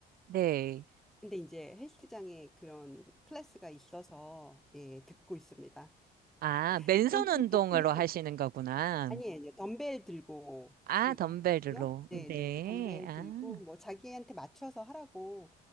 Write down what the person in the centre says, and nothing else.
근데 이제 헬스장에 그런 클래스가 있어서, 예, 듣고 있습니다.
그럼 보통
이게
아니에요. 덤벨 들고
들고
하거든요. 네,
네. 덤벨
들고 뭐 자기한테 맞춰서 하라고